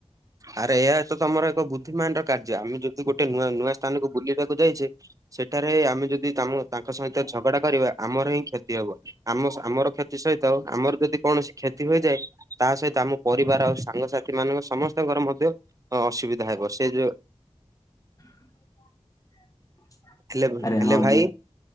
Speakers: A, on the right; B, on the left.
A: ଆରେ ଏହା ତ ତମର ଏକ ବୁଦ୍ଧିମାନ ର କାର୍ଯ୍ୟ ଆମେ ଯଦି ଗୋଟେ ନୂଆ ନୂଆ ସ୍ଥାନକୁ ବୁଲିବାକୁ ଯାଇଛେ ସେଠାରେ ଆମେ ଯଦି ତ ତାଙ୍କ ସହିତ ଝଗଡା କରିବା ଆମର ହିଁ କ୍ଷତି ହବ। ଆମ ଆମର କ୍ଷତି ସହିତ ଆମର ଯଦି କୌଣସି କ୍ଷତି ହୋଇଯାଏ ତା ସହିତ ଆମ ପରିବାର ଆଉ ସାଙ୍ଗସାଥି ସେମାନଙ୍କ ସମସ୍ତଙ୍କର ମଧ୍ୟ ଅସୁବିଧା ହେବ ସେ ଯୋଉ
B: <unintelligible>
A: ହାଲୋ
B: ଆରେ
A: ହାଲୋ
B: ହଁ
A: ଭାଇ
B: ମୁଁ